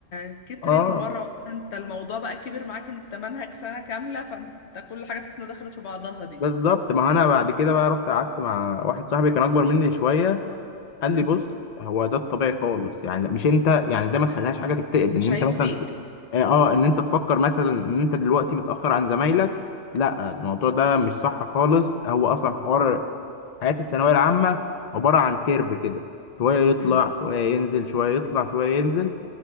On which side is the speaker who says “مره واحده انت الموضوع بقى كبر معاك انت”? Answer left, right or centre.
Left